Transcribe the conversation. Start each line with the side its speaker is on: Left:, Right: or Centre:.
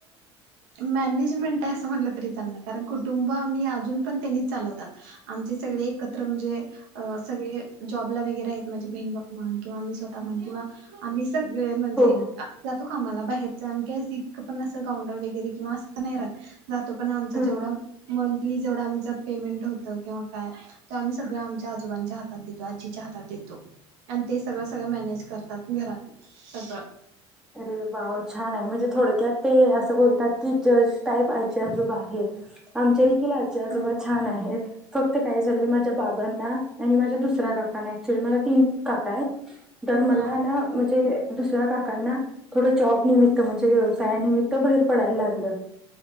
Right: मॅनेजमेंट आहे असं म्हटलं तरी चाल कारण कुटुंब आम्ही अजून पण त्यांनी चालवतात आमचे सगळे एकत्र म्हणजे सगळे जॉबला वगर आहेत माझी बहीण बा किंवाम् स्व किंवा आम्ही सगळे म्हणजे
Centre: हो हो
Right: तू का आम्हाला बाहेरचा आणखी इतकं पण असं ग्रउंडर वगैरे किंवा असं नाही राहात जातो पण आमचा
Centre: हं.
Right: जेवढा मंथली जेवढं आमच पेमेंट होतं किंवा काय तर आम्ही सगळं आमच्या आजोबांच्या हातात देतो आजीच्या हातात देतो आणि ते सगळं सगळं मॅनेज करतात घरात सगळं
Centre: अरे वाव छान आहे म्हणजे थोडक्यात ते असं बोलतात की जज टाईप आजीजबाहेर आमच्या अखिील आज्ी आजोबा
Right: हो
Centre: छान आहेत फक्त काय झालं माझ्या बाबांना आणि माझ्या दुसऱ्या काकाना ऍक्च्युली मा्या तीन काका आहेत तर मला
Right: हा
Centre: ना म्हणजे दुसऱ्या काकांना थोडं जॉब निमित्त
Right: हम्म
Centre: म्हणजे व्यवसायानिमित्त बाहेर पडायला लागलं